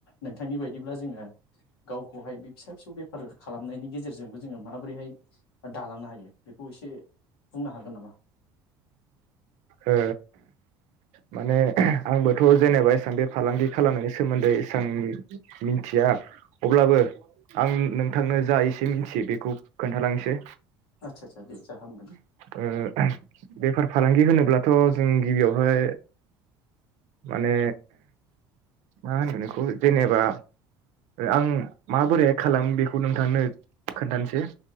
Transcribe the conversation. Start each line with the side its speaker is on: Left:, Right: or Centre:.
Left: नों थांनि बायदिब्ला जोङो गावखौहाय बे फिसा फिसौ बेफार खालामनायनि गेजेरजोंबो जोङो माबोरैहाय दालांनो हायो बेखौ एसे बुंनो हागोन नामा?
Right: ओ माने आंबोथ' जेनेबा एसां बे फालांगि खालामनायनि सोमोन्दै एसां मिनथिया अब्लाबो आं नों थांनो जा एसे मिथियो बेखौ खोन्थालांनोसै।
Left: आदसा आदसा दे जा हामगोन
Right: ओ बेफार फालांगि होनो अब्लाथ' जों गिबियावहाय माने मा होनगोन बेखौ जेनेबा आं माबोरैहाय खालामो बेखौ नोंथांनो खोन्थानोसै।